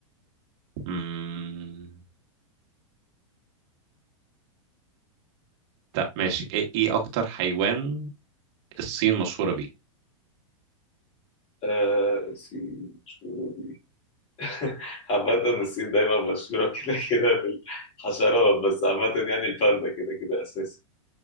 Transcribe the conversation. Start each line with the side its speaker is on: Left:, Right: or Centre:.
Right: مم... لا ماشي ايه إيه اكتر حيوان الصين مشهورة بيه
Left: آه الصين مشهورة بيه <laughs> عامة الصين دايما مشهورة <laughs> كده كده بالحشرات بس عامة يعني الباندا كده كده أساسي